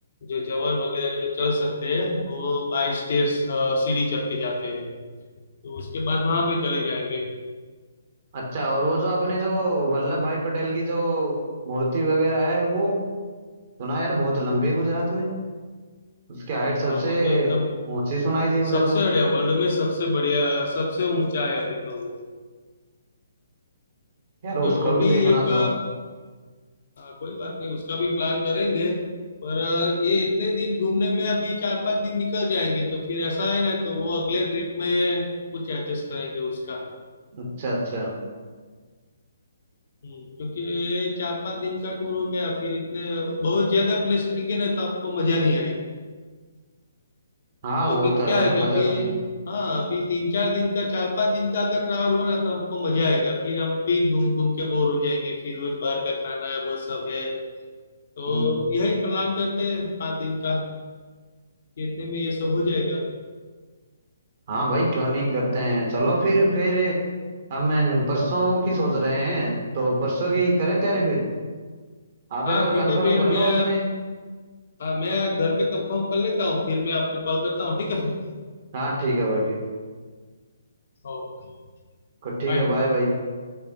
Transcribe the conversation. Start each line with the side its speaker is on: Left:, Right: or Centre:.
Left: जो जवान वगैरह जो चल सकते हैं वो बाई स्टेयर्स सीढ़ी चढ़ के जाते हैं तो उसके बाद वहां पे चले जाएंगे
Right: अच्छा और वो जो अपनी जो वल्लभ भाई पटेल की जो मूर्ति वगैरह है वो सुना यार बहुत लंबी है गुजरात में उसकी हाइट सबसे
Left: हाँ वो तो एकदम
Right: ऊंची सुनाई दी मुझे
Left: सबसे
Right: तो
Left: बढ़िया वर्ल्ड में सबसे बढ़िया सबसे ऊंचा है अभी तो वो
Right: यार
Left: ओके
Right: उसको
Left: वो
Right: भी
Left: भी
Right: देखना
Left: एक
Right: था
Left: आ, कोई बात नहीं उसका भी प्लान करेंगे पर आ, ये इतने दिन घूमने में अभी चार पांच दिन निकल जाएंगे तो फिर ऐसा है ना तो वो अगले ट्रिप में कुछ एडजस्ट करेंगे उसका
Right: अच्छा अच्छा
Left: हम्म क्योंकि चार पांच दिन का टूर हो गया फिर इतने बहुत ज्यादा प्लेस लेंगे ना तो आपको मजा नहीं आएगा
Right: हाँ
Left: और
Right: वो
Left: कि-
Right: तो है
Left: क्या
Right: भाई
Left: है कि
Right: मजा
Left: अभी
Right: तो नहीं है।
Left: हाँ अभी तीन चार दिन का चार पांच दिन का अगर ट्रैवल हो ना तो आपको मजा आएगा फिर हम भी घूम घूम के बोर हो जाएंगे फिर रोज बाहर का खाना है वो सब है तो
Right: हम्म
Left: यही प्लान करते हैं पाँच दिन का कि इतने में ये सब हो जाएगा
Right: हाँ भाई क्यों नहीं करते हैं चलो फिर फिर हम परसों की सोच रहे हैं तो परसों की करें तैयारी फिर आप
Left: हाँ
Right: एक बार
Left: ठीक
Right: कंफर्म
Left: है फिर
Right: कर
Left: मैं
Right: लो अपने
Left: हाँ मैं घर पे कंफर्म कर लेता हूँ फिर मैं आपको कॉल करता हूँ ठीक है फिर
Right: हाँ ठीक है भाई फिर
Left: ओके
Right: ठीक
Left: बाय
Right: है बाय भाई